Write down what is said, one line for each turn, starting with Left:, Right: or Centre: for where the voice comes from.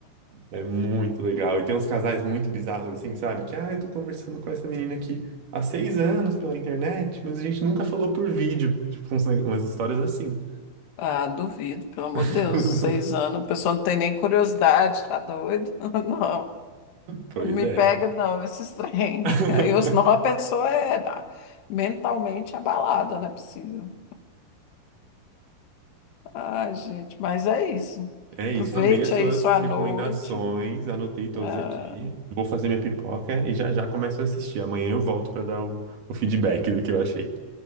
Right: É muito legal. E tem uns casais muito bizarros, assim, sabe? Que, ah, eu tô conversando com essa menina aqui há seis anos pela internet, mas a gente nunca falou por vídeo. Tipo, uns neg- umas histórias assim.
Left: Ah, duvido, pelo amor
Right: <laughs>
Left: de Deus, seis anos, a pessoa não tem nem curiosidade, tá doido? <laughs> Não,
Right: Pois
Left: não me
Right: é.
Left: pega não, esses <laughs> trem.
Right: <laughs>
Left: Aí, ou senão a pessoa é ah, mentalmente abalada, não é possível. Ai, gente, mas é isso.
Right: É
Left: Aproveite
Right: isso. Amei as suas
Left: aí sua
Right: recomendações.
Left: noite.
Right: Anotei todas
Left: Ah,
Right: aqui. Vou fazer minha pipoca e já já começo a assistir. Amanhã eu volto pra dar o, o feedback do que eu achei.